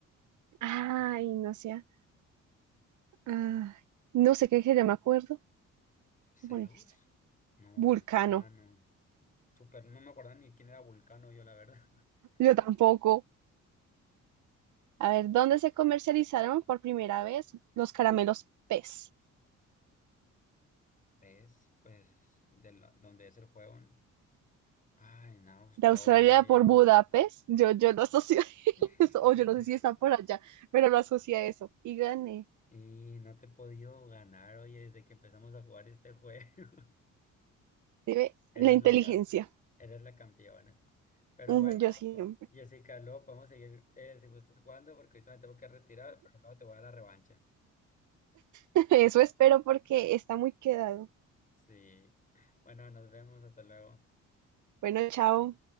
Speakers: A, on the left; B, on the right.
A: Híjole.
B: Ay, no sé. Ay, no sé qué sería, me acuerdo.
A: ¿Zeus?
B: Voy a poner esta.
A: No,
B: Vulcano.
A: Vulcano. Super, no me acuerdo ni quién era Vulcano yo, la verdad. <laughs>
B: Yo tampoco. A ver, ¿dónde se comercializaron por primera vez los caramelos pez?
A: ¿Ves? Pues de la- donde es el juego, ¿no? Ah, en Austria,
B: De Australia
A: oye.
B: por Budapest. Yo, yo lo asocio <laughs> a
A: <laughs>
B: eso, o yo no sé si está por allá, pero lo asocio a eso. Y gané.
A: Y no te he podido ganar, oye, desde que empezamos a jugar este juego. <laughs>
B: Se ve
A: Eres
B: la inteligencia.
A: la ca- eres la campeona. Pero
B: Ujú,
A: bueno,
B: Yo siempre.
A: Jessica, luego podemos seguir eh, si gustas jugando, porque ahorita me tengo que retirar, pero luego te voy a dar la revancha.
B: <laughs> Eso espero porque está muy quedado.
A: Sí. Bueno, nos vemos, hasta luego.
B: Bueno, chao.